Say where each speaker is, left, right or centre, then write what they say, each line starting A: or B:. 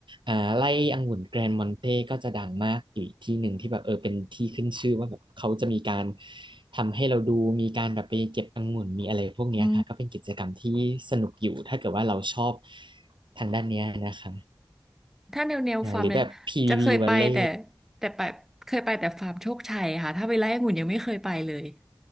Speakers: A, on the right; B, in the centre.
A: อ่าไร่องุ่นแกรนด์มอนเต้ก็จะดังมากอยู่อีกที่หนึ่งที่แบบเออเป็นที่ขึ้นชื่อว่าแบบเขาจะมีการทำให้เราดูมีการแบบไปเก็บองุ่นมีอะไรพวกเนี้ยค่ะก็เป็นกิจกรรมที่สนุกอยู่ถ้าเกิดว่าเราชอบ
B: อืม
A: ทางด้านเนี้ยนะคะ
B: ถ้าแนวแนวฟาร์มเนี่ยจะเคยไปแต่
A: อ่าหรือแบบ PB วัลเล่
B: แต่ไปเคยไปแต่ฟาร์มโชคชัยค่ะถ้าไปไร่องุ่นยังไม่เคยไปเลย